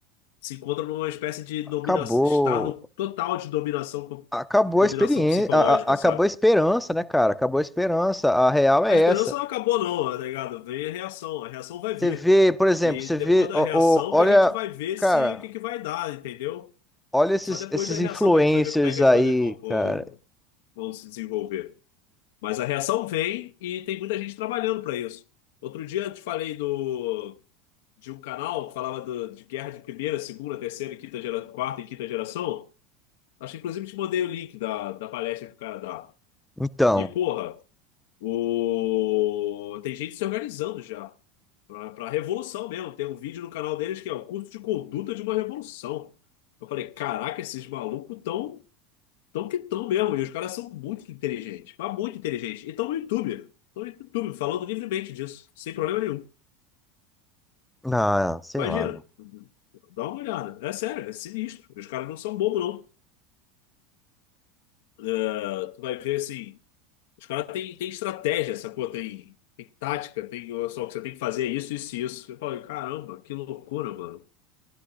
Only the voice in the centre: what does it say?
Acabou,
acabou
a experiência,
acabou
a esperança, né, cara? Acabou a esperança. A real é
essa.
Você vê, por exemplo,
você vê,
ó-
ó, olha,
cara,
olha esses,
esses
influencers
aí,
cara.
Então.
Ah, sei
lá, não.